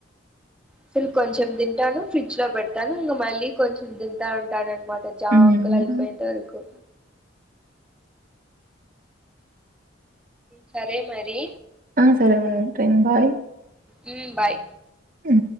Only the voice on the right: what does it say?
హ్మ్.
ఆ సరే ఉంంటే బాయ్
అ